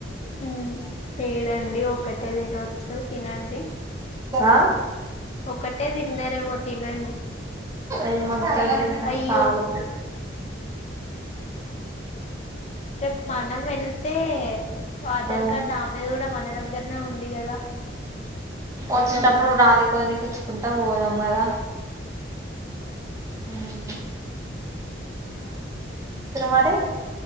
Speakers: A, on the left; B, on the right.
A: హ్మ్ ఏడండి ఒక్కటే తినొచ్చు తినండి
B: ఆ
A: ఒక్కటే దిన్నరేమో తినన్
B: ఏమ్ ఓదండి నాక్
A: అయ్యో
B: చాలు
A: రెప్ మనం వెల్ తే అధర్
B: ఆ
A: కార్డ్ దామేది గూడ మన దగ్గర్ నే ఉంది గదా
B: ఓచిన్ టప్పుడ్ రాధికో కుంట వోదామ్ కదా హ్మ్ మరి